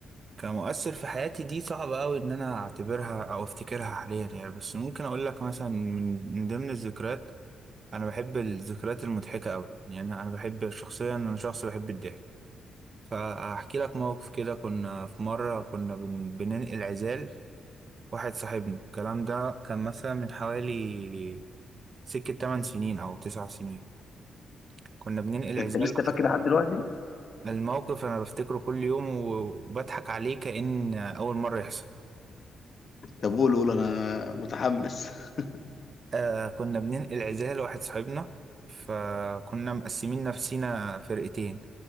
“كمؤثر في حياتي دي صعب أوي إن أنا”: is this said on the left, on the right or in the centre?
Right